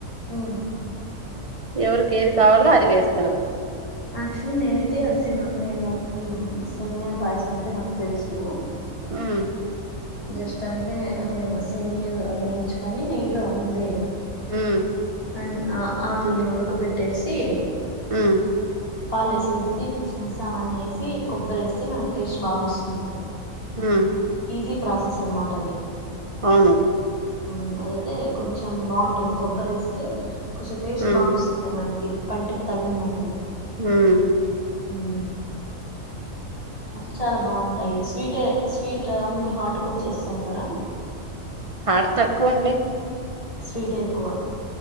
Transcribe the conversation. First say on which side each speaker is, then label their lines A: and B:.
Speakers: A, on the left; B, on the right.
A: ఉమ్.
B: ఎవ్రేకేది కావాల్లొ అది వేస్తరు.
A: యాక్చువల్లీ నేనైతె అంతెనూ నేను ఉమ్ సేమ్యాల్ పాయ్సమైతె నాక్ తెల్సూ.
B: ఉమ్.
A: జస్ట్ అంటే మేము సేమ్యాలు అవేయించుకొని నెయ్లో ముందే
B: ఉమ్.
A: అండ్ ఆ ఆట్ల్ని ఉడకబెట్టేసి
B: ఉమ్.
A: పాలేసేస్సి కిస్మిస్ అవన్నీ ఏసీ కొబ్బరేస్తె మనక్ టేస్ట్ బాగొస్తుంది.
B: ఉమ్.
A: ఈజీ ప్రాసెస్ అన్మాటది.
B: ఔను.
A: ఉమ్ అదైతె కొంచం బాంటుంది కొబ్బరి వెస్తె కొంచెం టేస్ట్
B: ఉమ్
A: బాగొస్తుంది మన్కి. పంటిక్ తగిల్నప్పుడు.
B: ఊమ్.
A: ఊమ్. అట్ల చాలా బాంటాయి స్వీటె స్వీట్ ఆ మీరు హాట్ కూడ్ చేస్తాంటార.
B: హాట్ తక్కువండి.
A: స్వీటే ఎక్కువ.